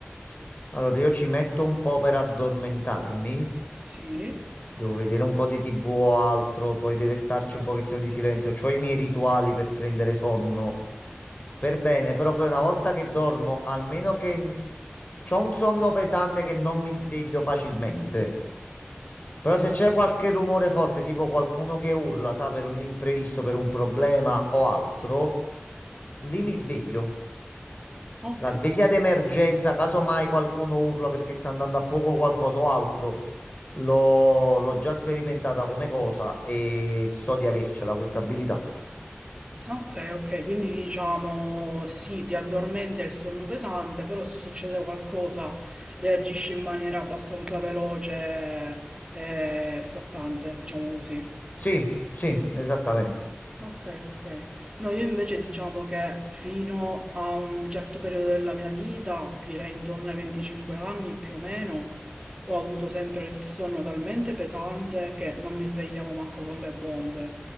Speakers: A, on the left (about 40°); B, on the right (about 20°).
A: Allora, io ci metto un po' per addormentarmi,
B: Sì?
A: devo vedere un po' di TV o altro, poi deve starci un pochettino di silenzio, ho i miei rituali per prendere sonno. Per bene, però poi una volta che dormo, almeno che ho un sonno pesante che non mi sveglio facilmente. Però se c'è qualche rumore forte, tipo qualcuno che urla, sa, per un imprevisto, per un problema o altro, lì mi sveglio.
B: Ok.
A: La sveglia d'emergenza, caso mai qualcuno urla perché sta andando a fuoco qualcosa o altro, l'ho l'ho già sperimentata come cosa e so di avercela questa abilità.
B: Ok, ok, quindi diciamo sì, ti addormenti al sonno pesante, però se succede qualcosa reagisci in maniera abbastanza veloce e scattante, diciamo così.
A: Sì, sì, esattamente.
B: Ok, ok. No, io invece diciamo che fino a un certo periodo della mia vita, direi intorno ai 25 anni più o meno, ho avuto sempre il sonno talmente pesante che non mi svegliavo manco con le bombe.